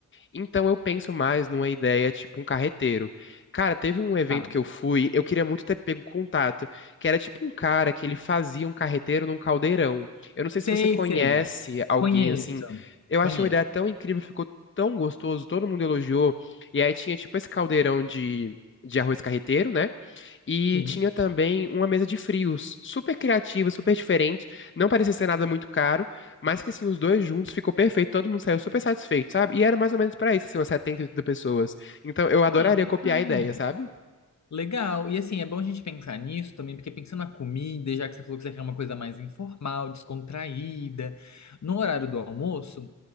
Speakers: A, on the left; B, on the left.
A: Então eu penso mais numa ideia tipo um carreteiro. Cara, teve um evento
B: tá.
A: que eu fui, eu queria muito ter pego contato, que era tipo um cara que ele fazia um carreteiro num caldeirão. Eu não sei se
B: Sei,
A: você conhece
B: sei.
A: alguém
B: Conheço.
A: assim. Eu
B: Conheço.
A: achei uma ideia tão incrível, ficou tão gostoso, todo mundo elogiou. E aí tinha tipo esse caldeirão de, de arroz carreteiro, né? E
B: Sim.
A: tinha também uma mesa de frios, super criativa, super diferente. Não parecia ser nada muito caro, mas que assim, os dois juntos ficou perfeito, todo mundo saiu super satisfeito, sabe? E era mais ou menos pra isso, assim, umas 70, 80 pessoas. Então eu adoraria
B: Ah, legal.
A: copiar a ideia, sabe?
B: Legal. E assim, é bom a gente pensar nisso também, porque pensando na comida, e já que você falou que você quer uma coisa mais informal, descontraída, no horário do almoço,